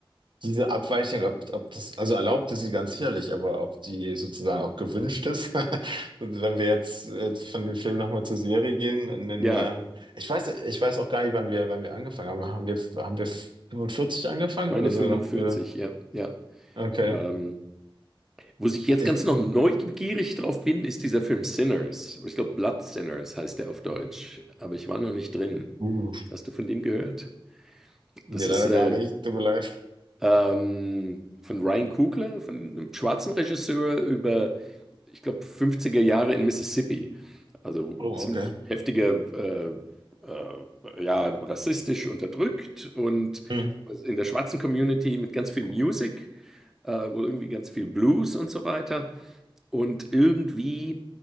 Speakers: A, on the right; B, in the centre.
A: diese Abweichung, ob, ob das, also erlaubt ist sie ganz sicherlich, aber ob die sozusagen auch gewünscht ist. <laughs> Und Wenn wir jetzt äh, von dem Film nochmal zur Serie gehen, in, den,
B: Ja,
A: äh, ich weiß, ich weiß auch gar nicht, wann wir, wann wir angefangen haben. Haben wir, haben wir 45 angefangen
B: ich meine
A: oder
B: fünfundvierzig.
A: sogar noch früher?
B: ja, ja.
A: Okay.
B: Ähm, wo ich jetzt
A: Ich,
B: ganz noch neugierig drauf bin, ist dieser Film Sinners. Oder Ich glaube, Blood Sinners heißt der auf Deutsch. Aber ich war noch nicht drin.
A: uh,
B: Hast du von dem gehört? Das
A: nee, leider
B: ist äh,
A: gar nicht. Tut mir leid.
B: ähm, von Ryan Coogler, von einem schwarzen Regisseur, über ich glaube, 50er Jahre in Mississippi. Also
A: Oh,
B: ziemlich
A: okay.
B: heftiger, äh, äh, ja, rassistisch unterdrückt und
A: Hm.
B: in der schwarzen Community mit ganz viel Music, äh, wohl irgendwie ganz viel Blues und so weiter. Und irgendwie